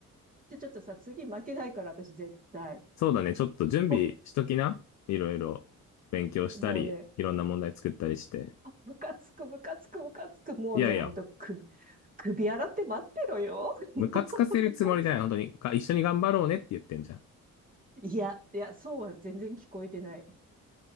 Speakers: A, on the right; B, on the left.
A: じゃ、ちょっとさ、次負けないから、私絶対。
B: そうだね。ちょっと準備しときな。
A: <laughs> ほ
B: いろいろ勉強したり、
A: もうね、
B: いろんな問題作ったりして。
A: あ、ムカつく、ムカつく、ムカつく。もうね、
B: いやいや、
A: ほんと、く、首洗って待ってろよ。<laughs> もう、
B: ムカつかせるつもりじゃない。
A: ムカつく。
B: 本当に。か一緒に頑張ろうねって言ってんじゃん。
A: いや、いや、そうは全然聞こえてない。